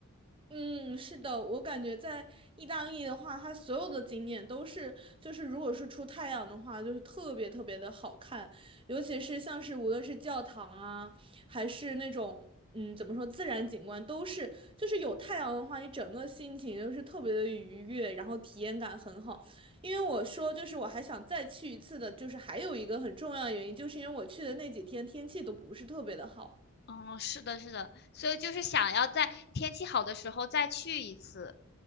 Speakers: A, on the right (about 25°); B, on the left (about 50°).
A: 嗯，是的，我感觉在意大利的话，它所有的景点都是，就是如果是出太阳的话，就是特别特别的好看，尤其是像是无论是教堂啊，还是那种嗯怎么说自然景观，都是就是有太阳的话，你整个心情就是特别的愉悦，然后体验感很好。因为我说就是我还想再去一次的，就是还有一个很重要的原因，就是因为我去的那几天天气都不是特别的好。
B: 嗯，是的，是的，所以就是想要在天气好的时候再去一次，